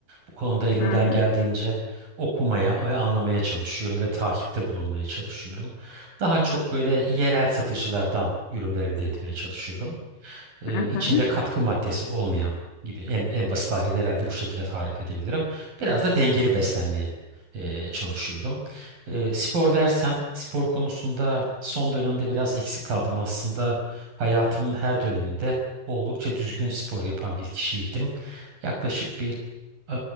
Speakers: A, on the right (about 50°); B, on the left (about 55°).
A: Bu konuda elimden
B: Hı hı
A: geldiğince okumaya ve anlamaya çalışıyorum ve takipte bulunmaya çalışıyorum. Daha çok böyle yerel satıcılardan ürünler elde etmeye çalışıyorum e,
B: hı.
A: içinde
B: hı.
A: katkı maddesi olmayan gibi en, en basit haliyle herhalde bu şekilde tarif edebilirim. Biraz da dengeli beslenmeye e, çalışıyorum. E, spor dersem spor konusunda son dönemde biraz eksik kaldım aslında. Hayatımın her döneminde oldukça düzgün spor yapan bir kişiydim. Yaklaşık bir e,